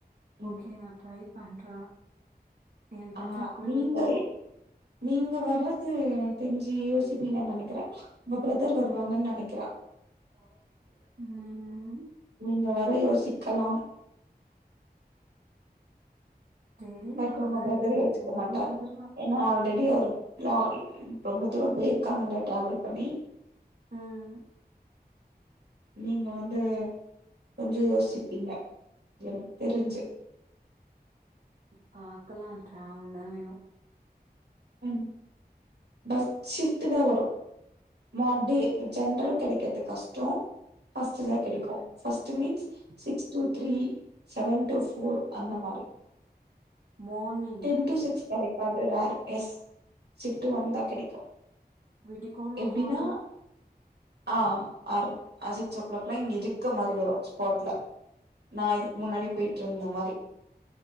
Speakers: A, on the right (about 80°); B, on the right (about 60°).
A: ம்
B: ஓகே நா ட்ரை பண்ற ஏ ஃப்ரதர்
A: ஆ
B: கூட
A: நீங்க
B: எதோ
A: நீங்க வர்றது எனக்கு தெரிஞ்சு யோசிப்பீங்கன்னு நெனக்கிற உங்க ஃப்ரதர் வருவாங்கன்னு நெனக்கிறே
B: ம் ம்
A: நீங்க வர யோசிக்கலாம்
B: தெரில
A: பட் உங்க
B: ஆனா
A: ஃப்ரதர் யோசிக்க
B: எப்டினாலு
A: மாட்டார்
B: வந்துருவே
A: ஏன்னா ஆல்ரெடி அவரு <unintelligible> ரொம்ப தூரோ போயிருக்காங்கல்ல ட்ராவல் பண்ணி
B: ம்
A: நீங்க வந்து கொஞ்சொ யோசிப்பீங்க எனக்கு தெருஞ்சு
B: பாக்கலா ட்ராவெல் தா வேணு
A: ம் பஸ் ஷிஃப்ட் தா வரு மறுப்டி ஜென்ரல் கெடைக்கற்து கஷ்டோ பர்ஸ்ட் தா கெடைக்கு
B: ம்
A: first means six to three seven to four அந்த மாரி
B: மார்னிங்
A: டென் டூ சிக்ஸ் கெடைக்காது ரார் எஸ் ஷிபிட் ஒன் தா கெடைக்கு
B: வீட்டிக் கோள்ளா
A: எப்டின்னா
B: ஹறும்
A: ஆ அர் அ சிக்ஸ் ஓ க்ளாக்லா இங்க இருக்க மாரி வரு ஸ்பாட்ல நா இதுக்கு முன்னாடி பொயிட்ருந்த மாரி